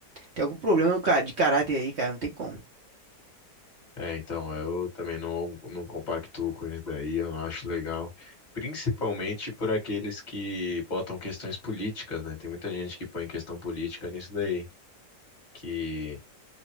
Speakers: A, on the right; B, on the left.
A: tem algum problema, cara, de caráter aí, cara, não tem como.
B: É, então, eu também não, não compactuo com isso daí, eu não acho legal. Principalmente por aqueles que botam questões políticas, né? Tem muita gente que põe questão política nisso daí. Que